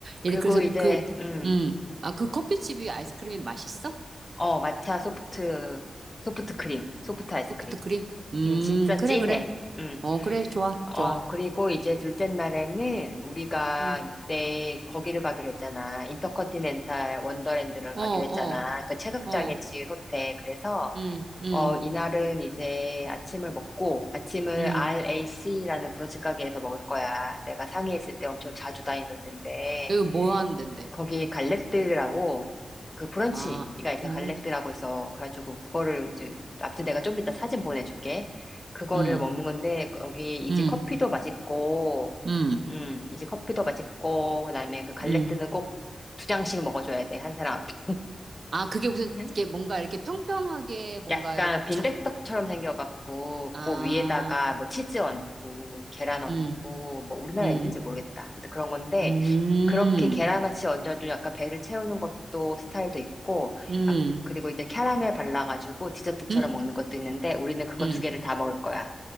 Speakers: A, on the right; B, on the left.
A: 얘
B: 그리고
A: 그래서
B: 이제
A: 그,
B: 응,
A: 음, 아, 그 커피집이 아이스크림이 맛있어?
B: 어 마차 소프트 소프트 크림, 소프트 아이스크림.
A: 소프트 크림? 음,
B: 응, 진짜
A: 그래,
B: 찐해.
A: 그래.
B: 응.
A: 어, 그래, 좋아,
B: 어
A: 좋아.
B: 그리고 이제 둘째 날에는 우리가
A: 음,
B: 이때 거기를 가기로 했잖아. 인터컨티넨탈 원더랜드를
A: 어,
B: 가기로
A: 어,
B: 했잖아. 그 채석장에
A: 어,
B: 지은 호텔. 그래서
A: 음, 음,
B: 어, 이날은 이제 아침을 먹고, 아침을
A: 음.
B: RAC라는 브런치 가게에서 먹을 거야. 내가 상해 있을 때 엄청 자주 다니던 데인데,
A: 여기 뭐 하는 데인데
B: 거기 갈렉드라고, 그 브런치가
A: 아,
B: 있어.
A: 어,
B: 갈렉드라고 있어. 그래가지고, 그거를 이제, 아무튼 내가 좀 이따 사진 보내줄게. 그거를
A: 음,
B: 먹는 건데, 거기 이제
A: 음,
B: 커피도 맛있고,
A: 음,
B: 음, 이제 커피도 맛있고, 그다음에 그 갈렉드는
A: 음.
B: 꼭 두 장씩 먹어줘야 돼. 한 사람 앞에.
A: 아, 그게 무슨,
B: <laughs>
A: 이게 뭔가 이렇게 평평하게 뭔가,
B: 약간 빈대떡처럼
A: 자,
B: 생겨갖고
A: 아,
B: 그 위에다가 뭐 치즈 얹고 계란 얹고
A: 음.
B: 뭐 우리나라에
A: 음.
B: 있는지 모르겠다. 근데 그런 건데
A: 음,
B: 그렇게 계란같이 얹어도 약간 배를 채우는 것도 스타일도 있고
A: 음,
B: 아, 그리고 이제 캐러멜 발라가지고 디저트처럼
A: 음,
B: 먹는 것도 있는데 우리는 그거
A: 음.
B: 두 개를 다 먹을 거야.